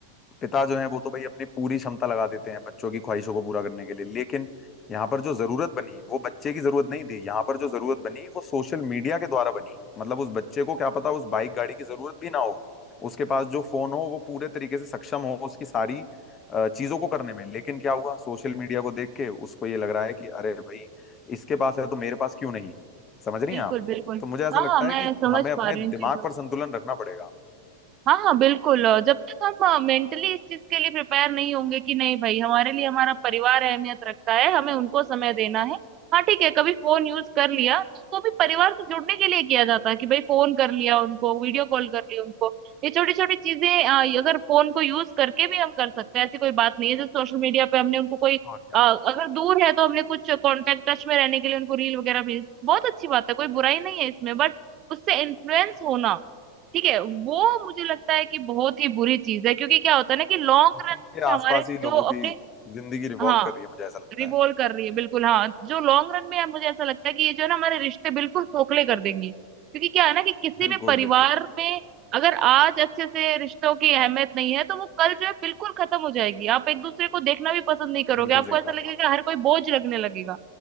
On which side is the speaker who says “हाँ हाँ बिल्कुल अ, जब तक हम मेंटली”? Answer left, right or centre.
Right